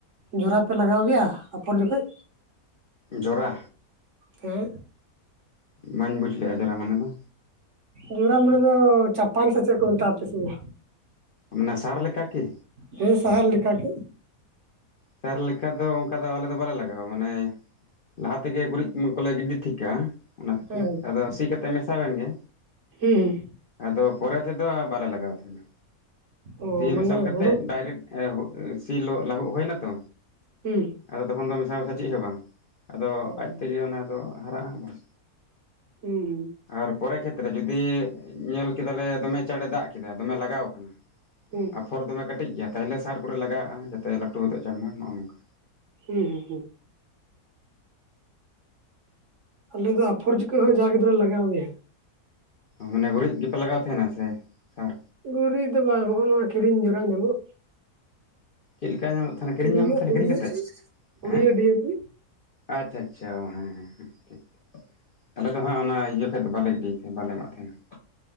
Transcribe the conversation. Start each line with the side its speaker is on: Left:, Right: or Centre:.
Right: ᱡᱚᱨᱟ ᱯᱮ ᱞᱟᱜᱟᱣ ᱜᱮᱭᱟ ᱟᱯᱷᱚᱨ ᱡᱚᱠᱷᱚᱡ?
Left: ᱡᱚᱨᱟ?
Right: ᱦᱮᱸ
Left: ᱵᱟᱹᱧ ᱵᱩᱡᱞᱼᱟ ᱡᱚᱨᱟ ᱢᱟᱱᱮ ᱫᱚ᱾
Right: ᱡᱩᱨᱟ ᱢᱟᱱᱮ ᱫᱚ ᱪᱟᱯᱟᱱ ᱥᱮ ᱪᱮᱫ ᱠᱚ ᱢᱮᱛᱟᱜᱟ ᱟᱯᱮ ᱥᱮᱫ ᱫᱚ᱾
Left: ᱢᱟᱱᱮ ᱥᱟᱨ ᱞᱮᱠᱟ ᱠᱤ?
Right: ᱦᱮᱸ ᱥᱟᱦᱟᱨ ᱞᱮᱠᱟᱜᱮ᱾
Left: ᱥᱟᱨ ᱞᱮᱠᱟ ᱫᱚ ᱚᱱᱠᱟ ᱫᱚ ᱟᱞᱮᱫᱚ ᱵᱟᱞᱮ ᱞᱟᱜᱟᱣᱟ ᱢᱟᱱᱮ ᱞᱟᱦᱟ ᱛᱮᱜᱮ ᱜᱩᱨᱤᱡ ᱠᱚᱞᱮ ᱜᱤᱰᱤ ᱴᱷᱤᱠ ᱠᱟᱜᱼᱟ, ᱚᱱᱟᱛᱮ
Right: ᱦᱮᱸ
Left: ᱟᱫᱚ ᱥᱤ ᱠᱟᱛᱮ ᱢᱮᱥᱟᱣᱮᱱ ᱜᱮ,
Right: ᱦᱩᱸ᱾
Left: ᱟᱫᱚ ᱯᱚᱨᱮ ᱛᱮᱫᱚ ᱵᱟᱞᱮ ᱞᱟᱜᱟᱣ ᱛᱟᱦᱮᱸᱱᱟ᱾
Right: ᱚ
Left: ᱥᱤ
Right: ᱢᱟᱱᱮ
Left: ᱢᱮᱥᱟᱞ ᱠᱟᱛᱮ
Right: ᱦᱩᱲᱩ
Left: ᱰᱟᱭᱨᱮᱠᱴ ᱥᱤ ᱞᱟᱹᱦᱩᱫ ᱦᱩᱭ ᱱᱟᱛᱚ
Right: ᱦᱩᱸ ᱦᱩᱸ᱾
Left: ᱟᱫᱚ ᱛᱚᱠᱷᱚᱱ ᱫᱚ ᱢᱮᱥᱟ ᱢᱮᱥᱟ ᱪᱮᱫ ᱦᱚᱸ ᱵᱟᱝ ᱟᱫᱚ
Right: ᱦᱩᱸ
Left: ᱟᱡ ᱛᱮᱜᱮ ᱚᱱᱟ ᱫᱚ ᱦᱟᱨᱟᱜᱼᱟ ᱵᱟᱥ᱾
Right: ᱦᱩᱸ ᱦᱩᱸ᱾
Left: ᱟᱨ ᱯᱚᱨᱮ ᱠᱷᱮᱛᱨᱮ ᱡᱩᱫᱤ ᱧᱮᱞ ᱠᱮᱫᱟᱞᱮ ᱫᱚᱢᱮ ᱪᱟᱬᱮ ᱫᱟᱜ ᱠᱮᱫᱟ ᱫᱚᱢᱮ ᱞᱟᱜᱟᱣ ᱟᱠᱟᱱᱟ,
Right: ᱦᱩᱸ᱾
Left: ᱟᱯᱷᱚᱨ ᱫᱚᱢᱮ ᱠᱟᱹᱴᱤᱡ ᱜᱮᱭᱟ ᱛᱟᱦᱚᱞᱮ ᱥᱟᱨ ᱠᱚᱨᱮ ᱞᱟᱜᱟᱣᱼᱟ ᱡᱟᱛᱮ ᱞᱟᱹᱴᱩ ᱜᱫᱚᱜ ᱪᱟᱲᱢᱟᱨ ᱱᱚᱜᱼᱚ ᱱᱚᱝᱠᱟ᱾
Right: ᱦᱩᱸ ᱦᱩᱸ ᱦᱩᱸ᱾ ᱟᱞᱮ ᱫᱚ ᱟᱯᱷᱚᱨ ᱡᱚᱠᱷᱚᱡ ᱦᱚᱸ ᱡᱟ ᱜᱤᱫᱽᱨᱟᱹ ᱞᱟᱜᱟᱣ ᱜᱮᱭᱟ᱾
Left: ᱢᱟᱱᱮ ᱜᱩᱨᱤᱡ ᱜᱮᱯᱮ ᱞᱟᱜᱟᱣ ᱛᱟᱦᱮᱱᱟ ᱥᱮ ᱥᱟᱨ?
Right: ᱜᱩᱨᱤᱡ ᱫᱚ ᱵᱟᱝ ᱦᱚᱜᱼᱚ ᱱᱚᱣᱟ ᱠᱤᱨᱤᱧ ᱡᱚᱨᱟ ᱧᱟᱢᱚᱜ,
Left: ᱪᱮᱫ ᱞᱤᱠᱟ ᱧᱟᱢ ᱛᱟᱦᱮᱱᱟ ᱠᱤᱨᱤᱧ
Right: ᱩᱲᱭᱟᱹ
Left: ᱧᱟᱢᱮᱫ ᱛᱟᱦᱮᱱᱟ
Right: ᱩᱲᱭᱟᱹ
Left: ᱠᱤᱨᱤᱧ ᱠᱟᱛᱮᱫ ᱦᱮᱸ?
Right: ᱩᱲᱭᱟᱹ ᱰᱤᱭᱮᱯᱤ
Left: ᱟᱪᱪᱷᱟ ᱟᱪᱪᱷᱟ ᱦᱮᱸ ᱦᱮᱸ ᱦᱮᱸ ᱴᱷᱤᱠ᱾ ᱟᱞᱮ ᱫᱚ ᱦᱟᱸᱜ ᱚᱱᱟ ᱤᱭᱟᱹ ᱛᱮᱫ ᱵᱟᱞᱮ ᱜᱤᱰᱤᱭᱮᱫ ᱛᱟᱸᱦᱮ ᱵᱟᱞᱮ ᱮᱢᱟᱜ ᱛᱟᱦᱮᱸᱱᱟ᱾